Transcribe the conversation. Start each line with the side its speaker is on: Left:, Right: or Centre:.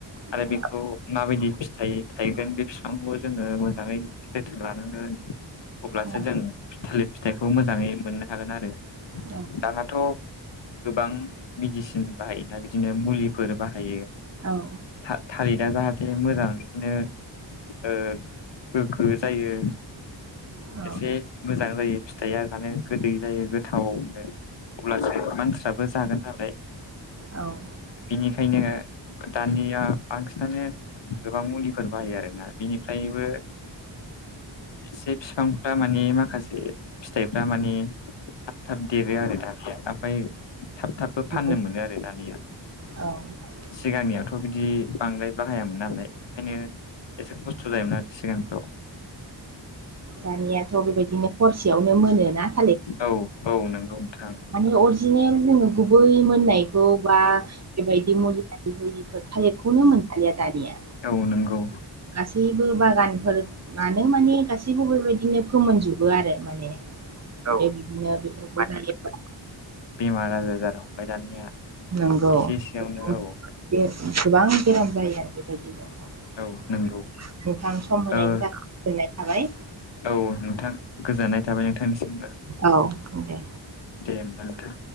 Left: आरो
Right: बिफा
Left: बेखौ माबायदि फिथाइ थायगोन बे फिफांखौ जोङो मोजाङै जोथोन लानांगोन अब्लासो
Right: औ
Left: जों थालिद फिथाइखौ मोजाङै मोननो हागोन आरो
Right: औ
Left: दानाथ' गोबां मिडिसिन बाहायो ना बिदिनो मुलिफोर बाहायो
Right: औ
Left: था थालिदा जाहा थे मोजां बिदिनो ओ गोग्गो जायो
Right: औ
Left: एसे मोजां जायो फिथाइया जानो गोदै जायो गोथावनो अब्लासो मानसिफ्राबो जागोन नालाय
Right: औ
Left: बिनिखायनो दानिया बांसिनानो गोबां मुलिफोर बाहायो आरोना बिनिफ्रायबो इसे फिफांफ्रा माने माखासे फिथाइफ्रा माने थाब थाब देरो आरो दानिया ओमफ्राय थाब थाबबो फाननो
Right: औ
Left: मोनो आरो दानिया
Right: औ
Left: सिगांनियाथ' बिदि बांद्राय बाहायामोन नालाय ओंखायनो एसे खस्थ' जायोमोन आरो सिगांफ्राव
Right: दानियाथ' बेबायदिनो हरसेयावनो मोनोना
Left: औ औ नों नोंगौ नोंथां
Right: मानि अरिजिनेल जोङो गुबै मोननायखौ बा बेबायदि मुलि आरि होयिफोर थालिरखौनो मोनजालिया दानिया
Left: औ नोंगौ
Right: गासैबो बागानफोर मानो माने गासैबो बिदिनो फोमोनजोबो आरो माने औ बे बिदिनो बेफोरखौ जायो
Left: बेमार-आजार जानो हमबाय दानिया
Right: नोंगौ
Left: एसे एसेयावनो
Right: गोबां
Left: औ
Right: बेराम जायो आरो बेबायदिनो
Left: औ नंगौ
Right: नोंथां सम होनायनि
Left: ओ
Right: थाखाय गोजोननाय थाबाय
Left: औ नोंथां गोजोननाय थाबाय नोंथांनिसिमबो
Right: औ दे।
Left: दे होनबा नोंथां